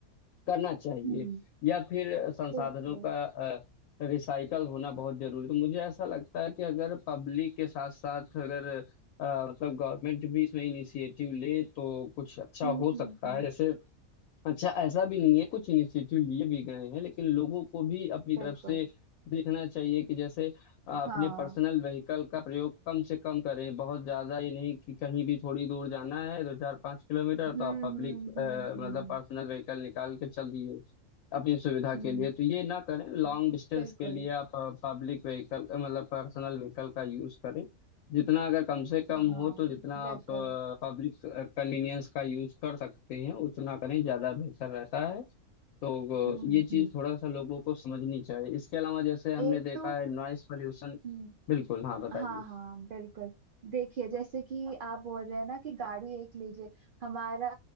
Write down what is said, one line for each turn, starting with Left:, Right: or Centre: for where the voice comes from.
Left: करना चाहिए
Right: हम्म
Left: या फिर संसाधनों
Right: बिल्कुल
Left: का रिसाइकल होना बहुत जरूरी तो मुझे ऐसा लगता है कि अगर पब्लिक के साथ साथ अगर अ, मतलब गवर्नमेंट भी इसमें इनिशिएटिव ले तो कुछ अच्छा
Right: हम्म
Left: हो
Right: हम्म
Left: सकता
Right: हम्म
Left: है जैसे अच्छा ऐसा भी नहीं है कुछ इनिशिएटिव लिए भी गए हैं लेकिन लोगों को भी अपनी तरफ
Right: बिल्कुल
Left: से देखना चाहिए कि जैसे आ, अपने
Right: हाँ
Left: पर्सनल व्हीकल का प्रयोग कम से कम करें बहुत ज्यादा ये नहीं कि कहीं भी थोड़ी दूर जाना है दो चार पाँच किलोमीटर तो
Right: हम्म
Left: आप पब्लिक
Right: हम्म हम्म हम्म
Left: मतलब पर्सनल व्हीकल निकाल के चल दिए अपनी सुविधा
Right: हम्म
Left: के लिए तो ये ना करें
Right: हम्म,
Left: लॉन्ग डिस्टेंस
Right: बिल्कुल
Left: के लिए आप पब्लिक व्हीकल मतलब पर्सनल व्हीकल का यूज करें जितना अगर कम से कम
Right: हाँ
Left: हो तो जितना
Right: बिल्कुल
Left: आप पब्लिक कन्वीनियंस का यूज कर सकते हैं उतना करें ज़्यादा बेहतर रहता है तो
Right: हम्म
Left: अ, ये चीज़
Right: हम्म
Left: थोड़ा सा लोगों को समझनी चाहिए इसके अलावा जैसे हमने
Right: एक
Left: देखा है नॉइस पॉल्यूशन
Right: तो
Left: बिल्कुल हाँ बताइए
Right: हाँ हाँ बिल्कुल देखिए जैसे कि आप बोल रहे हैं ना कि गाड़ी एक लीजिए हमारा